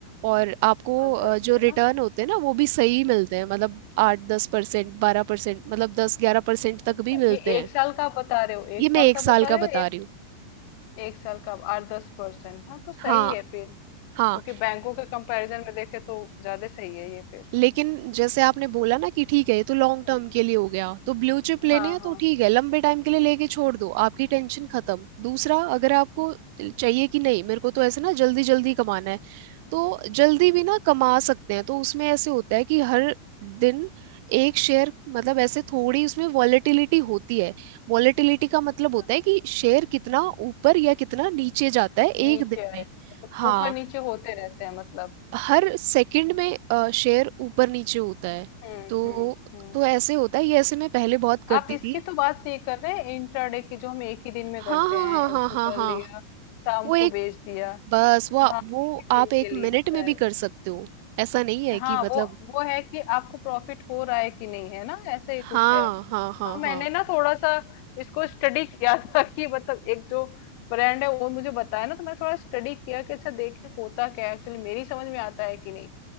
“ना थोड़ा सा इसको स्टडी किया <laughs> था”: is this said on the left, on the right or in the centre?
Left